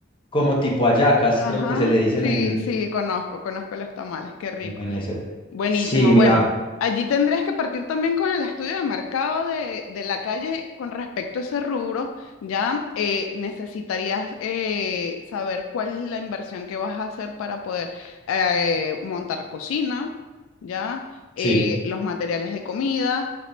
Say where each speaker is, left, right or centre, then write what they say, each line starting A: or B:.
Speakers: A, on the left (about 25°); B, on the left (about 75°).
A: como tipo hallacas,
B: Ajá,
A: creo que se le dicen
B: sí,
A: en,
B: sí,
A: en
B: conozco, conozco los tamales, qué rico.
A: En Venecia.
B: Buenísimo.
A: Sí, mira,
B: Bueno, allí tendrías que partir también con el estudio de mercado de, de la calle con respecto a ese rubro. Ya eh, necesitarías eh, saber cuál es la inversión que vas a hacer para poder eh, montar cocina, ya eh,
A: sí,
B: los materiales de comida,